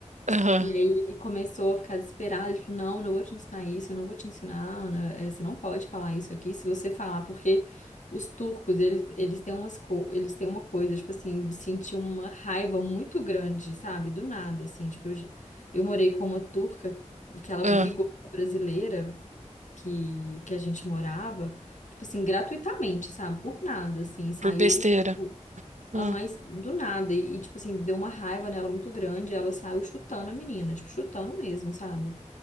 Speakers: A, on the right (about 75°); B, on the left (about 80°).
A: aham,
B: E aí ele começou a ficar desesperado, ele falou, não, eu não vou te ensinar isso, eu não vou te ensinar, Ana, eh, você não pode falar isso aqui, se você falar, porque os turcos, eles, eles têm umas co eles têm uma coisa, tipo assim, de sentir uma raiva muito grande, sabe? Do nada, assim, tipo, eu, j- eu morei com uma turca e que ela
A: aham.
B: brigou com a brasileira que, que a gente morava, tipo assim, gratuitamente, sabe? Por nada, assim, saiu...
A: Por besteira.
B: Aham,
A: Ah,
B: e do nada. E, tipo assim, deu uma raiva nela muito grande. Ela saiu chutando a menina, tipo, chutando mesmo, sabe?